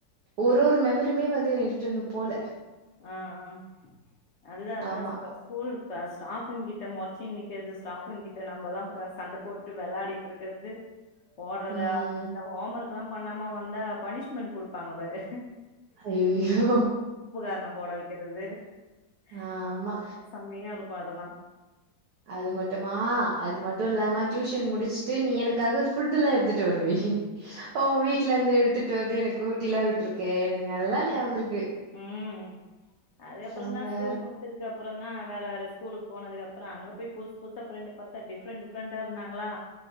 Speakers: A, on the right (about 65°); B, on the left (about 85°).
A: ஒரு-ஒரு மெமரயுமே வந்து விட்டு இன்னு போல
B: ஆஹ் ஆஹ் அதுதா-அதுதா
A: ஆமா.
B: சொல்றேன் ஸ்கூல் ஸ்டாப் தூண் கிட்ட முறச்சி நிக்கிறது ஸ்டாப்ங்கிட்ட நம்மலா சண்ட போட்டு விளையாடிட்டு இருக்கிறது ஓட்றது
A: ம்.
B: ஆட்றது இந்த ஹோம்வொர்க் ல்லாம் பண்ணாம வந்தா பனிஷ்மெண்ட் கொடுப்பாங்க பாரு
A: ஐயையோ
B: கர்ணம் போட வெக்கிறது <inaudible>
A: ஆமா.
B: செம்மையா இருக் கு அதலா
A: அது மட்டுமா அது மட்டு இல்லாம டியூஷன் முடிச்சுட்டு நீ எனக்காக ஃபுட்டுல்லா எடுத்துட்டு வருவியே உ வீட்டு்ல இருந்து எடுத்துட்டு வந்து எனக்கு ஊட்டிலா விட்டு இருக்கே எனக் நல்லா ஞாபருக்கு
B: உம் அதுக்கப்புறோ
A: செம்மையா
B: தான் ஸ்கூல்
A: இருக்கு
B: முடிச்சதுக்கு அப்புறோ தா வேற வேற ஸ்கூலுக்கு போனதுக்குப்புறோ அங்க போய் புதுசு-புதுசா ஃப்ரெண்ட் பாத்தா டிஃப்ரெண்ட் டிஃப்ரெண்டா இருந்தாங்களா